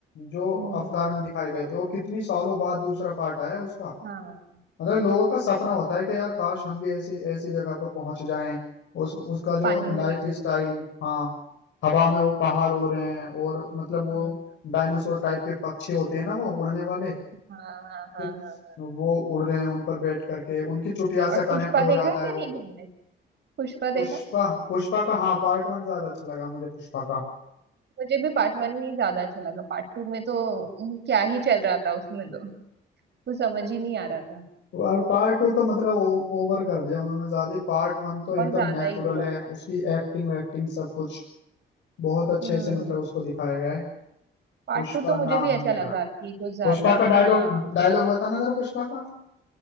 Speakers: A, on the left (about 70°); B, on the right (about 60°).
A: जो
B: हम्म
A: अवतार में दिखाए गए
B: बहुत
A: थे और
B: ज्यादा
A: कितनी सालों बाद दूसरा पार्ट आया है उसका
B: हाँ
A: मतलब लोगों का सपना होता है कि यार काश हम भी ऐसी ऐसी जगह पर पहुंच जाएं उस उसका
B: पानी
A: जो
B: वाली
A: लाइफ
B: जगह
A: स्टाइल हाँ हवा में वो पहाड़ उड़ रहे हैं और मतलब
B: हम्म
A: वो डायनासोर टाइप के पक्षी होते हैं ना वो उड़ने वाले
B: हाँ हाँ हाँ
A: तो
B: हाँ हाँ।
A: वो उड़ रहे हैं उन पर बैठ करके उनकी चुटिया
B: और
A: से
B: पुष्पा
A: कनेक्ट हो
B: देखा
A: जाता
B: क्या
A: है
B: नहीं
A: वो
B: तुमने पुष्पा
A: पुष्पा
B: देखा
A: पुष्पा का हाँ पार्ट वन ज्यादा अच्छा लगा मुझे पुष्पा का
B: मुझे भी पार्ट वन ही ज्यादा अच्छा लगा पार्ट टू में तो हम्म, क्या ही चल रहा था उसमें तो कुछ समझ ही नहीं आ रहा था
A: और पार्ट टू तो मतलब ओ, ओवर कर दिया उन्होंने ज्यादा ही। पार्ट वन तो
B: बहुत
A: एकदम
B: ज्यादा
A: नेचुरल
B: ही हुआ
A: है
B: था
A: उसकी एक्टिंग वैक्टिंग सब कुछ बहुत अच्छे
B: हम्म
A: से मतलब उसको दिखाया गया है
B: पार्ट
A: पुष्पा
B: टू तो मुझे
A: नाम
B: भी ऐसा
A: है मेरा
B: लगा कि कुछ ज्यादा
A: पुष्पा का डायलॉग
B: हाँ
A: डायलॉग बताना जरा पुष्पा का